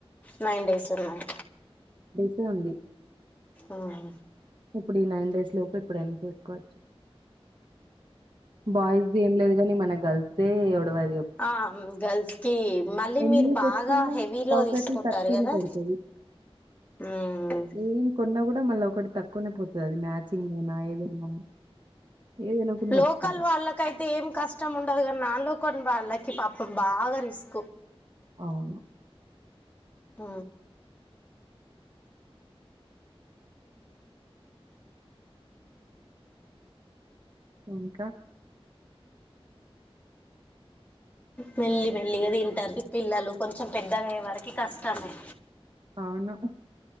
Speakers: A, on the left; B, on the right.
A: నైన్ డేస్ ఉన్నాయి
B: సే ఉంది
A: ఆ ఆ
B: ఇప్పుడు ఈ నైన్ డేస్ లోపు ఎప్పుడైనా చేసుకోవచ్చు బాయ్స్ది ఏం లేదు కాని మన గర్ల్స్దే ఒడవది
A: ఆ గర్ల్స్ కి మళ్ళీ
B: ఎన్ని
A: మీరు
B: తీసుకున్నా
A: బాగా హెవీలో
B: ఒకటి
A: తీసుకుంటారు
B: తక్కువనే
A: కదా
B: పడుతది
A: మ్మ్
B: ఏం కొన్న కూడా కూడా మళ్ళ ఒకటి తక్కువనే పోతది అది మ్యాచింగ్ ఐనా ఏదైనా ఏదైనా ఒకటి మర్చిపోతాం.
A: లోకల్ వాళ్ళకైతే ఏం కష్టం ఉండదు క నాన్ లోకల్ వాళ్ళకి పాపం బాగా రిస్క్
B: అవును
A: ఆ
B: ఇంకా
A: మెల్లి మెల్లిగా తింటారు పిల్లలు కొంచెం పెద్దగయ్యే వరకి కష్టమే
B: అవును